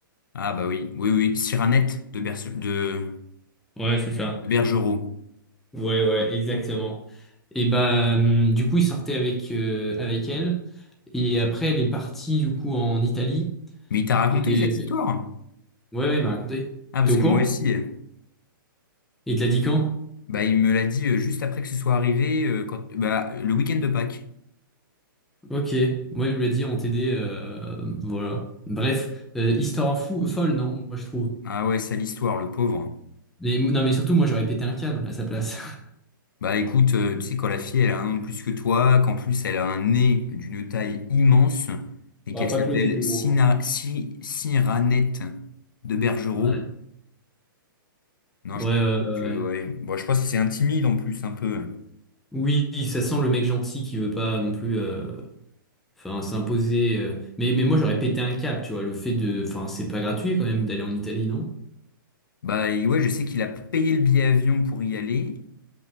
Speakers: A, on the left; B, in the centre.
A: Ah bah oui, oui, oui, Cyranette de, Berce- de...
B: Ouais, c'est ça.
A: de Bergerot.
B: Ouais, ouais, exactement. Et bah euh, du coup il sortait avec euh, avec elle et après elle est partie du coup en Italie.
A: Mais il t'a raconté
B: Et
A: cette histoire?
B: ouais, ouais, il m'a raconté.
A: Ah, parce
B: T'es au
A: que
B: courant?
A: moi aussi, euh,
B: Il te l'a dit quand?
A: bah, il me l'a dit euh, juste après que ce soit arrivé, euh, quand... bah, le week-end de Pâques.
B: Ok, moi il me l'a dit en TD, euh, voilà. Bref, euh, histoire fou, folle, non, moi je trouve.
A: Ah ouais, sale histoire, le pauvre.
B: Et- non, mais surtout, moi, j'aurais pété un câble à sa place. <laughs>
A: Bah écoute, euh, tu sais, quand la fille, elle a un an de plus que toi, qu'en plus, elle a un nez d'une taille immense, et
B: Ah,
A: qu'elle
B: pas
A: s'appelle
B: que le nez qui est
A: Sina...
B: gros.
A: Si- Cyranette de Bergerot,
B: hein.
A: Non,
B: Ouais,
A: je peux
B: ouais,
A: dire
B: ouais, ouais,
A: que,
B: ouais.
A: ouais. Bon, je pense que c'est un en plus, un peu.
B: Oui, ça sent le mec gentil qui veut pas non plus euh, enfin s'imposer. euh. Mais, mais moi, j'aurais pété un câble, tu vois. Le fait de. Enfin, c'est pas gratuit quand même d'aller en Italie, non?
A: Bah, et ouais, je sais qu'il a payé le billet avion pour y aller.